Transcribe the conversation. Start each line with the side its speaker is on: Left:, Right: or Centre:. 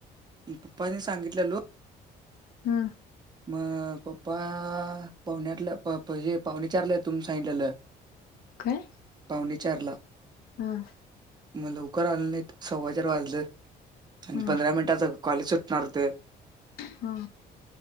Right: पप्पानी सांगितल्यालो.
Left: हम्.
Right: मग पप्पा पावणे आठल्या प् हे पाहुणे चारला येतो म्हणून सांगल्याल.
Left: काय.
Right: पाणेचारला.
Left: हा.
Right: लवकर आलं नाही सव्वा चार वाजलं आणि
Left: हा
Right: पंधरा मिनिटाच कॉलेज सुटणार होत.
Left: हा.